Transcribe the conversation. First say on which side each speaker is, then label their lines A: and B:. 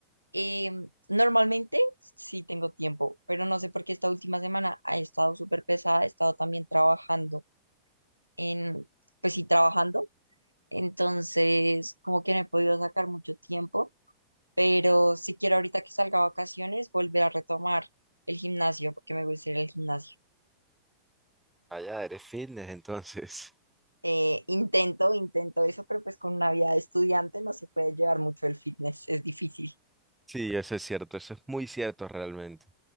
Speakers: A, on the right; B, in the centre.
A: eh, normalmente sí tengo tiempo, pero no sé por qué esta última semana ha estado súper pesada, he estado también trabajando en, pues sí, trabajando. Entonces, como que no he podido sacar mucho tiempo, pero si quiero ahorita que salga a vacaciones, volver a retomar el gimnasio, porque me gusta ir al gimnasio.
B: Allá eres fitness, entonces. <laughs>
A: Eh, intento, intento eso, pero pues con una vida de estudiante no se puede llevar mucho el fitness, es difícil.
B: Sí, eso es cierto, eso es muy cierto realmente.